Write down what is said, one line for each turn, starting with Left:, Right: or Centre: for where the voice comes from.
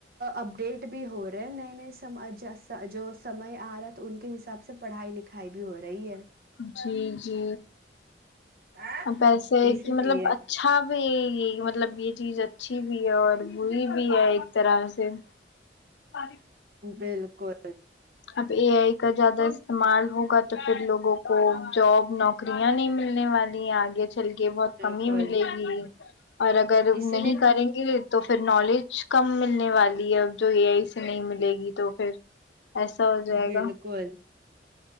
Right: اپڈیٹ بھی ہو رہے ہیں نئے نئے سمج جو سمئے آ رہا ہے تو ان کے حساب سے پڑھائی لکھائی بھی ہو رہی ہے
Left: جی جی
Right: ہے
Left: اب ایسے
Right: اسی
Left: کہ مطلب
Right: لیے
Left: اچھا بھی یہ مطلب مطلب یہ چیز اچھی بھی ہے اور بری بھی ہے ایک طرح سے ساری
Right: بالکل
Left: اب اے آئی کا زیادہ استعمال ہوگا تو پھر لوگوں کو جاب نوکریاں نہیں ملنے والی ہیں آگے چل کے بہت
Right: بالکل
Left: کمی ہی ملے گی اور اگر
Right: اسی
Left: نہیں
Right: لیے
Left: کریں گے تو پھر نالج کم ملنے والی اب جو یہے آئی سے نہیں ملے گی تو پھر ایسا ہو جائے
Right: بالکل
Left: گا